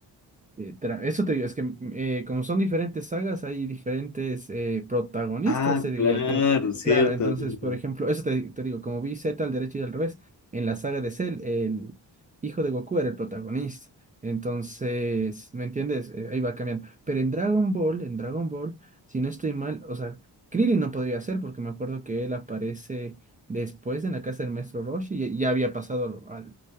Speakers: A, on the right; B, on the left.
A: Eh, tra- Eso te digo, es que mm, eh, como son diferentes sagas, hay diferentes eh, protagonistas,
B: Ah,
A: se diría
B: claro,
A: tú.
B: cierto.
A: Claro, entonces,
B: amigo.
A: por ejemplo, eso te, te digo, como vi Z al derecho y al revés, en la saga de Cell, el hijo de Goku era el protagonista. Entonces, ¿me entiendes? Eh, ahí va cambiando. Pero en Dragon Ball, en Dragon Ball, si no estoy mal, o sea, Krillin no podría ser porque me acuerdo que él aparece después en la casa del maestro Roshi y ya había pasado al, al-